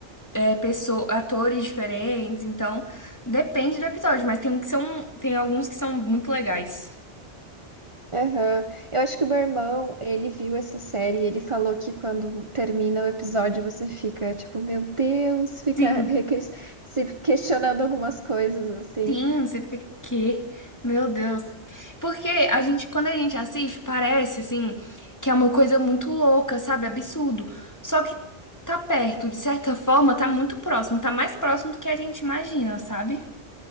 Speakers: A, on the left; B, on the right.
A: é, pessoa, atores diferentes. Então depende do episódio, mas tem um que são, tem alguns que são muito legais.
B: Aham. Eu acho que o meu irmão, ele viu essa série e ele falou que quando termina o episódio você fica tipo, meu Deus, fica
A: Sim.
B: reque- se questionando algumas coisas, assim.
A: Sim, você fica tipo, quê? Meu Deus. Porque a gente, quando a gente assiste, parece assim que é uma coisa muito louca, sabe? Absurdo. Só que tá perto, de certa forma, tá muito próximo, tá mais próximo do que a gente imagina, sabe?